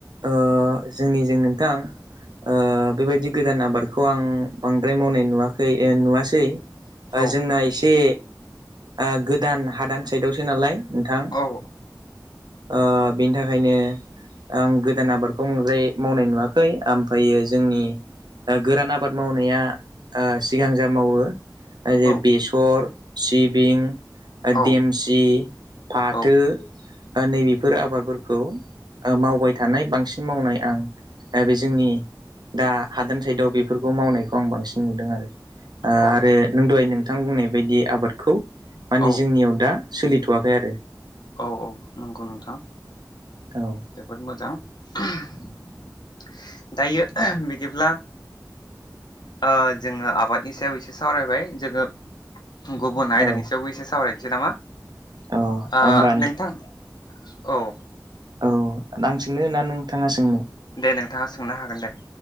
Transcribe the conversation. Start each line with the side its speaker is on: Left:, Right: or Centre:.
Right: ओ जोंनिजों नोंथां ओ बेबायदि गोदान आबादखौ आं बांद्राय मावनाय नुवाखै ओ नुवासै ओ
Left: औ
Right: जोंना एसे ओ गोदान हादान साइदआवसो नालाय नोंथां
Left: औ
Right: ओ बेनि थाखायनो आं गोदान आबादखौ बांद्राय मावनाय नुवाखै आमफायो जोंनि ओ गोरान आबाद मावनाया ओ सिगां जा मावो जेरै
Left: औ
Right: बेसर सिबिं ओ
Left: औ
Right: देमसि फाथो
Left: औ
Right: ओ नैबेफोर आबादफोरखौ ओ मावबाय थानाय बांसिन मावनाय आं ओ बे जोंनि दा हादान साइदाव बेफोरखौ मावनाय खौ आं बांसिन नुदों आरो ओ
Left: औ
Right: आरो नों दहाय नोंथां बुंनाय बायदि आबादखौ
Left: औ
Right: माने जोंनियाव दा सोलिथ'वाखै आरो
Left: औ औ नंगौ नोंथां
Right: औ
Left: जोबोद मोजां <unintelligible> दायो बिदिब्ला ओ जोङो आबादनि सायाव एसे सावरायबाय जोङो गुबुन आयदानि
Right: औ
Left: सायावबो एसे सावरायनसै नामा
Right: अ
Left: ओ
Right: होमबा
Left: नोंथां औ
Right: औ आं सोंनो ना नोंथाङा सोंनो
Left: दे नोंथाङा सोंनो हागोन दे